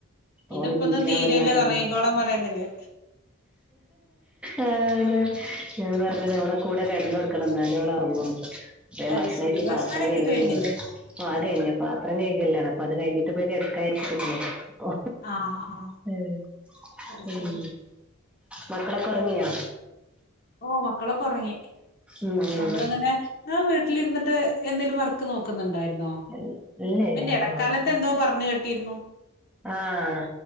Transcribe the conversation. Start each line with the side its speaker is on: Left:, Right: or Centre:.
Left: ഇതിപ്പൊന്നും
Centre: ഓള് ഞാൻ
Left: തീരൂല്ല
Centre: വന്നാലേ ഉറങ്ങു
Left: ഒറങ്ങിക്കോളാൻ പറയുന്നില്ലേ
Centre: ആഹ് ഞാൻ പറഞ്ഞെരാ ഒളെ കൂടെ കടന്ന്ടുക്കണം ന്നാലെ ഓള് ഒറങ്ങുള്ളൂ പ്പോ ഞാന്
Left: അത്
Centre: ഭക്ഷണം
Left: ശരി
Centre: കഴിച്ച് പാത്രം
Left: കഴിക്കല്
Centre: കഴികുന്നേണ്
Left: കഴിഞ്ഞില്ലേ
Centre: <unintelligible> ആഹ് അത് കഴിഞ് പാത്രം കഴികലിലാണ് അപ്പൊ അത് കഴിഞ്ട്ട് <unintelligible>
Left: ആ ആ
Centre: ഉം
Left: അത്
Centre: ഉം
Left: ശരി
Centre: മക്കളൊക്കെ ഒർങ്ങിയാ
Left: ഓഹ് മക്കളൊക്കെ ഉറങ്ങി
Centre: ഉം ഉം
Left: നമ്മളിങ്ങനെ ന്നാ വീട്ടിലിരുന്നിട്ട് എന്തേലും വർക്ക് നോക്കുന്നുണ്ടായി ന്നോ
Centre: ഇല്ല ഇല്ല
Left: ഇതിന്റെ
Centre: ഒന്നും
Left: ഇടക്കാലത്ത്
Centre: നോക്കുന്നില്ല
Left: എന്തോ പറഞ് കെട്ടിരുന്നു
Centre: ആഹ്